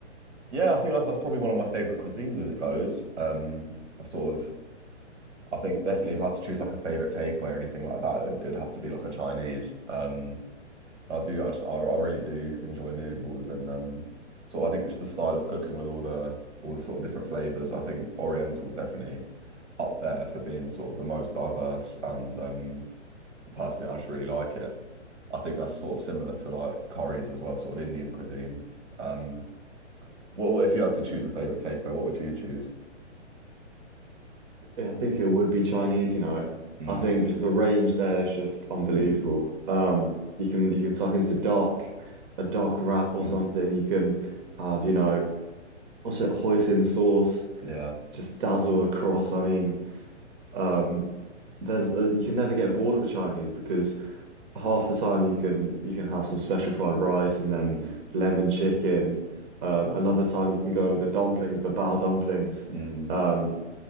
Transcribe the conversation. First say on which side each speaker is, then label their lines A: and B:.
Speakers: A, on the right (about 75°); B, on the right (about 45°).
A: Yeah, I think that's that's probably one of my favorite cuisines as it goes. Um, I sort of, I think definitely if I had to choose like a favorite takeaway or anything like that, it would, it'd have to be like a Chinese. Um, I do, I, just, I, I really do enjoy noodles and um, sort of I think just the style of cooking with all the all the sort of different flavors. I think Oriental is definitely up there for being sort of the most diverse and um, personally, I just really like it. I think that's sort of similar to like curries as well, sort of Indian cuisine. Um, what, what if you had to choose a favorite takeaway? What would you choose?
B: Yeah, I think it would be Chinese, you know.
A: Mm,
B: I think just the range there is just unbelievable.
A: mm,
B: Um, you can you can tuck into dark, a dark wrap or
A: mm,
B: something. You can have, you know, what's it, hoisin sauce.
A: yeah.
B: just dazzle across. I mean, um, there's uh, you can never get bored of a Chinese because half the time you can you can have some special fried rice and then
A: Mm,
B: lemon chicken. Um, another time you can go with the dumplings, the bao dumplings.
A: mm,
B: Um,